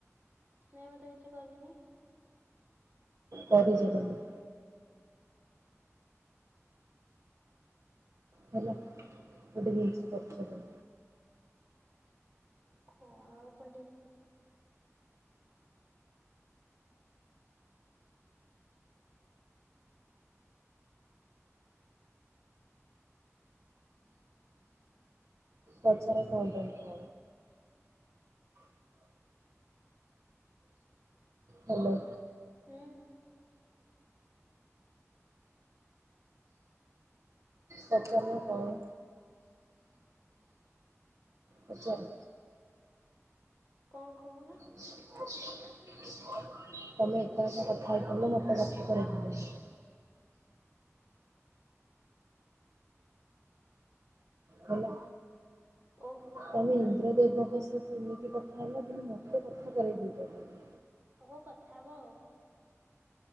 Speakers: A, on the right; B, on the right.
A: ନାଇଁ ମୁଁ ତ କିଛି କରିନି।
B: କରିଚ ତମେ। ହେଲା ଗୋଟେ ଜିନିଷ ଦରକାର
A: କଣ ଆଉ କଲି।
B: ପଛରେ କଲ୍ କରିକି କୁହ? ହ୍ୟାଲୋ
A: ହୁଁ
B: ପଚାରୁନ କଣ ପଚାର
A: କଣ କହୁନ?
B: ତମେ ଏକା ଏକା କଥା ହେଇପଡିଲ ମତେ କଥା କରେଇ ଦେଲନି। ହେଲା
A: ଓହୋ
B: ତମେ ଇନ୍ଦ୍ରଦେବଙ୍କ ସ ସେ ସେମିତି କଥା ହେଲା କିନ୍ତୁ ମତେ କଥା କରେଇ ଦେଇପାରିଲନି?
A: ହଉ କଥା ହବ ଆଉ।